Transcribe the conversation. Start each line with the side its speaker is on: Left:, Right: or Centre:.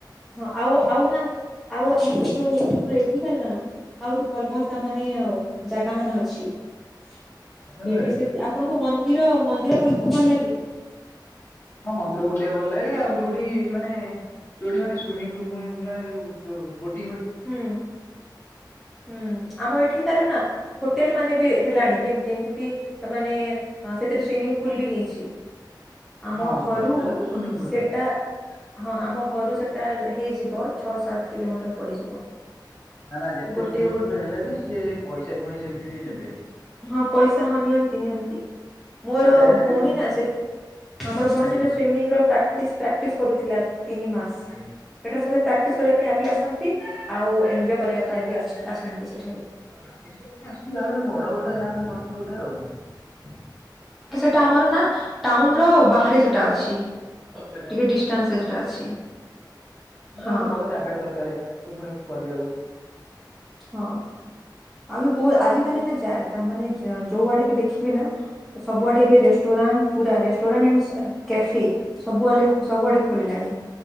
Centre: ହଁ ଆଉ ଆଉ ନା ଆଉ ଆମର ତୁ ଏଠିକାର ନା ଆଉ ତୁ ଭଲ ଭଲ ସ୍ଥାନରେ ଆଉ ଜାଗା ମାନ ଅଛି। ଏଇଠି
Left: ଆପଣଙ୍କ ଆଡେ?
Centre: ସେ ଆପଣଙ୍କୁ ମନ ମନ୍ଦିର ମନ୍ଦିର ବୁଲିକୁ ଭଲ ଲାଗେ?
Left: ହଁ ମନ୍ଦିର ବୁଲିଆକୁ ଭଲ ଲାଗେ ଆଉ ଯୋଉଠି ମାନେ ଯୋଉଠି ମାନେ ସୁଇମିଂ ପୁଲ୍ ଫୁଇମିିଂ ଫୁଲ <unintelligible>
Centre: ହୁଁ ହୁଁ ଆମ ଏଠିକାର ନା ହୋଟେଲ ମାନେ ବି ହେଲାଣି ଯେମ୍ ଯେମିତି ତାମାନେ ଅଁ ସେଥିରେ ସୁଇମିଂ ପୁଲ ବି ହେଇଛି। ଆମ
Left: ହଁ
Centre: ଘରୁ
Left: ହୋଟେଲରେ ତ ସୁଇମିଂ ପୁଲ
Centre: ସେଟା
Left: ଥାଏ।
Centre: ହଁ ଆମ ଘରୁ ସେଟା ହେଇଯିବ ଛଅ ସାତ୍‌ କିଲୋମିଟର ପଡିଯିବ।
Left: ନା ନା ଯେତେ
Centre: ଗୋଟେ
Left: ସୁଇମିଂ
Centre: ହୋ
Left: ପୁଲ ହେଲେ ବି ସିଏ ପଇସା ପୁଣି ସେମିତି ବି ନେବେ।
Centre: ହଁ ପଇସା ହଁ ନିଅନ୍ତି ନିଅନ୍ତି। ମୋର
Left: ଯାହା ହେଲେ
Centre: ଭଉଣୀ
Left: ବି ସେ
Centre: ନା ସେଥ୍ ଆମର ଭଉଣୀ
Left: ଆଜ୍ଞା
Centre: ସେଠାରେ ସୁମିଂର ପ୍ରାକ୍ଟିସ ପ୍ରାକ୍ଟିସ କରୁଥିଲା ତିନି ମାସ୍। ସେଠାରେ
Left: ଆଜ୍ଞା।
Centre: ସମତେ ପ୍ରାକ୍ଟିସ କରିବା ପାଇଁ ଆମ୍ବି ଆସନ୍ତି ଆଉ ଏଞ୍ଜୟ କରିବା ପାଇଁ ବି ଆସ ଆସନ୍ତି ସେ
Left: ପ୍ରାକ୍ଟିସ କରିବା ପାଇଁ ଆସୁଥିବେ ଯାହା ବି ହେନେ ବଡ ଗୋଟେ ଯାହା ବି ହେନେ କରିଥିବେ ଗୋଟେ ଆଉ।
Centre: ଟା ଆମର ନା ଟାଉନର ବାହାରେ ସେଟା ଅଛି। ଟିକେ ଡିଷ୍ଟାନ୍ସ
Left: ହଁ
Centre: ରେ
Left: ଟାଉନର
Centre: ସେଟା ଅଛି
Left: ବାହାରେ ହଁ। ତାପାଇଁ
Centre: ହଁ
Left: ଗୋଟେ ବଡ ଜାଗାଟେ ଦରକାରେ ସେ ପୁଣି କରିଆକୁ
Centre: ହଁ। ଆଉ ବି ପୁଅ ଆଜିିକାଲି ନା ଯା ତା ମାନେ ଯ ଯୋଉ ଆଡେ ବି ଦେଖିବେ ନା ତ ସବୁଆଡେ ଏବେ ରେଷ୍ଟୁର୍ ରାଣ୍ଟ ପୁରା ରେଷ୍ଟୁରାଣ୍ଟ ଆଣ୍ଡସ୍ କ୍ୟାଫେ ସବୁଆଲେ ସବୁଆଡେ ଖୋଲିଲାଣି।